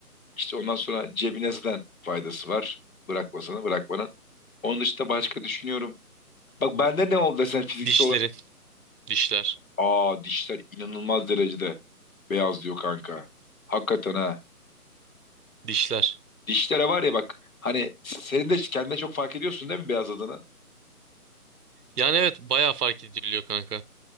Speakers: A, on the left; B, on the right.
A: İşte ondan sonra cebine zaten faydası var. Bırakmasana bırakmanın. Onun dışında başka düşünüyorum. Bak bende ne oldu desen fiziksel
B: Dişleri,
A: olarak.
B: dişler,
A: Aa dişler inanılmaz derecede beyazlıyor kanka. Hakikaten ha.
B: dişler.
A: Dişlere var ya bak hani senin de kendine çok fark ediyorsun değil mi beyazladığını?
B: Yani evet bayağı fark ediliyor kanka.